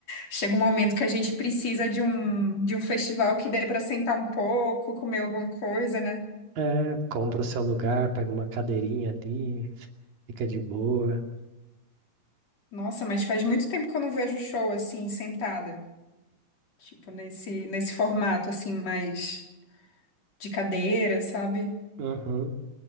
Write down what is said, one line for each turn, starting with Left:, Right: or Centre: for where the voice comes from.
Left: Chega um momento que a gente precisa de um, de um festival que dê para sentar um pouco, comer alguma coisa, né?
Right: É, compra o seu lugar, pega uma cadeirinha ali, fica de boa.
Left: Nossa, mas faz muito tempo que eu não vejo show assim, sentada. Tipo, nesse, nesse formato, assim, mais de cadeira, sabe?
Right: Uhum.